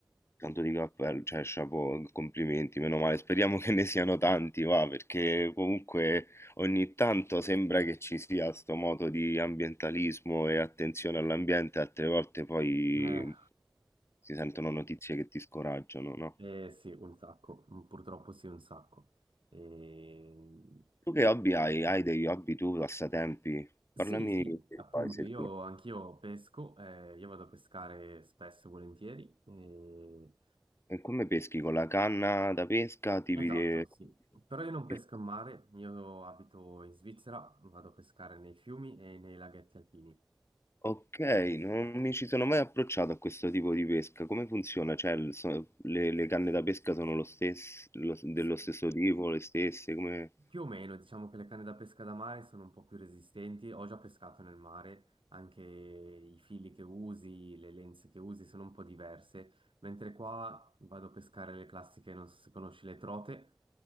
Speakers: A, on the left; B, on the right.
A: Tanto di cappello, cioè, chapeau, complimenti, meno male, speriamo che ne siano tanti, va, perché comunque ogni tanto sembra che ci sia sto moto di ambientalismo e attenzione all'ambiente, altre volte poi
B: Eh,
A: si sentono notizie che ti scoraggiano, no?
B: eh, sì, un sacco, Mm, purtroppo sì, un sacco. Ehm,
A: Tu che hobby hai? Hai degli hobby tu, passatempi?
B: Sì,
A: Parlami
B: sì,
A: di che
B: appunto,
A: fai se
B: io
A: ti-
B: anch'io pesco, eh, io vado a pescare spesso e volentieri. eh,
A: E come peschi? Con la canna da pesca? Tipi
B: Esatto,
A: di...
B: sì. Però io non pesco
A: che-
B: in mare, io abito in Svizzera, vado a pescare nei fiumi e nei laghetti alpini.
A: Ok, non mi ci sono mai approcciato a questo tipo di pesca. Come funziona? Cioè, il- so- le, le canne da pesca sono lo stes- lo- dello
B: S-
A: stesso tipo, le stesse? Come...
B: Più o meno, diciamo che le canne da pesca da mare sono un po' più resistenti. Ho già pescato nel mare, anche i fili che usi, le lenze che usi sono un po' diverse. Mentre qua vado a pescare le classiche, non so se conosci le trote.